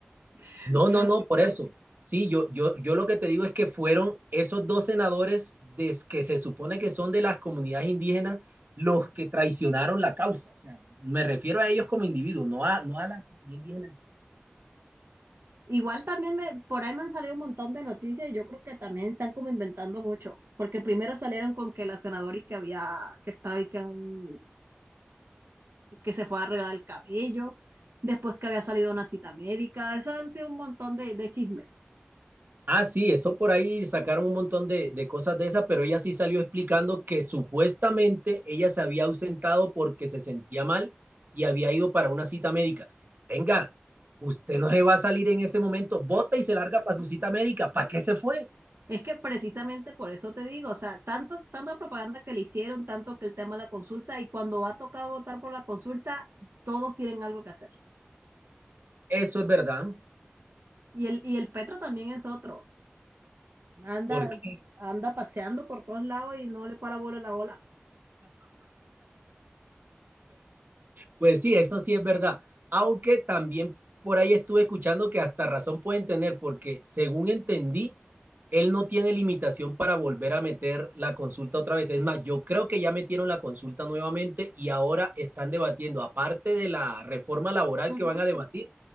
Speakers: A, on the right; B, on the right.
A: <laughs>
B: No,
A: particular.
B: no, no, por eso. Sí, yo, yo, yo lo que te digo es que fueron esos dos senadores des- que se supone que son de las comunidades indígenas los que traicionaron la causa. O sea, me refiero a ellos como individuos, no a, no a la comunidad indígena.
A: Igual también me, por ahí me han salido un montón de noticias y yo creo que también están como inventando mucho, porque primero salieron con que la senadora y que había, que estaba y que un- que se fue a arreglar el cabello, después que había salido una cita médica, eso han sido un montón de, de chismes.
B: Ah, sí, eso por ahí sacaron un montón de, de cosas de esas, pero ella sí salió explicando que supuestamente ella se había ausentado porque se sentía mal y había ido para una cita médica. Venga, usted no se va a salir en ese momento, bota y se larga para su cita médica. ¿Para qué se fue?
A: Es que precisamente por eso te digo, o sea, tanto, tanta propaganda que le hicieron, tanto que el tema de la consulta, y cuando va a tocar votar por la consulta, todos tienen algo que hacer.
B: Eso es verdad,
A: Y el, y el Petro también es otro. anda,
B: porque
A: anda paseando por todos lados y no le para bola la bola.
B: pues sí, eso sí es verdad, aunque también por ahí estuve escuchando que hasta razón pueden tener, porque según entendí, él no tiene limitación para volver a meter la consulta otra vez. Es más, yo creo que ya metieron la consulta nuevamente y ahora están debatiendo, aparte de la reforma laboral
A: Ujú.
B: que van a debatir,